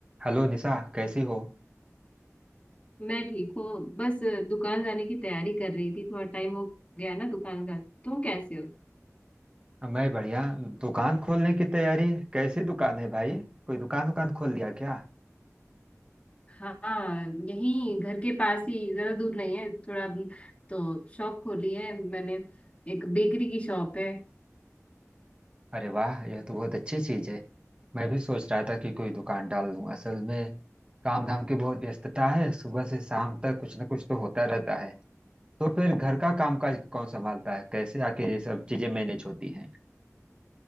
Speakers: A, on the right; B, on the left.
A: Hello Nisha कैसी हो
B: मैं ठीक हूँ बस अ, दुकान जाने की तैयारी कर रही थी थोड़ा टाइम हो गया ना दुकान का तुम कैसे हो
A: मैं बढ़िया दुकान खोलने की तैयारी कैसी दुकान है भाई कोई दुकान दुकान खोल लिया क्या
B: हाँ यही घर के पास ही ज्यादा दूर नहीं है थोड़ा तो शॉप खोली है मैंने एक बेकरी की शॉप है
A: अरे वाह यह तो बहुत अच्छी चीज है मैं भी सोच रहा था कि कोई दुकान डाल लूं असल में काम धाम की बहुत व्यस्तता है सुबह से शाम तक कुछ ना कुछ तो होता रहता है तो फिर घर का कामकाज कौन संभालता है कैसे आके ये सब चीजें मैनेज होती हैं